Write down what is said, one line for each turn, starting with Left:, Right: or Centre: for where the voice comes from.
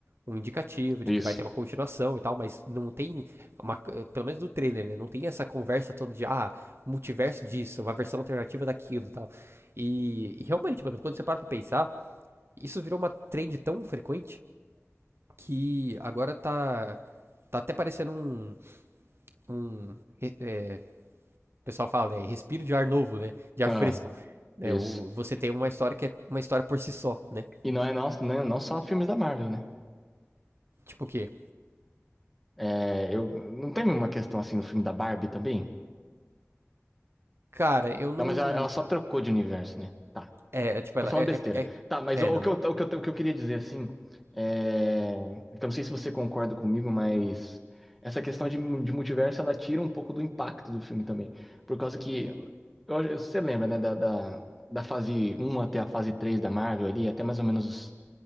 Right: um indicativo de
Centre: isso.
Right: que vai ter uma continuação e tal, mas não tem uma, pelo menos do trailer, né? Não tem essa conversa toda de, ah, multiverso disso, uma versão alternativa daquilo e tal. E, e realmente, mano, quando você para pra pensar, isso virou uma trend tão frequente que agora tá, tá até parecendo um, um, é, é, o pessoal fala, né? Respiro de ar novo, né? De ar
Centre: Ah,
Right: fresco. Né?
Centre: isso.
Right: O, você tem uma história que é uma história por si só, né?
Centre: E não é não, não não só filmes da Marvel, né?
Right: Tipo o quê?
Centre: É, eu, não teve uma questão assim no filme da Barbie também?
Right: Cara, eu não.
Centre: Não, mas ela, ela só trocou de universo, né? Tá.
Right: É, é, tipo,
Centre: Tô
Right: ela.
Centre: falando
Right: É,
Centre: besteira.
Right: é, é,
Centre: Tá, mas o,
Right: é, não,
Centre: o que
Right: é.
Centre: eu, o que eu, o que eu queria dizer, assim, é... é que eu não sei se você concorda comigo, mas essa questão de, mu- de multiverso, ela tira um pouco do impacto do filme também. Por causa que, eu- eu- você lembra, né, da, da, da fase um até a fase 3 da Marvel ali, até mais ou menos os-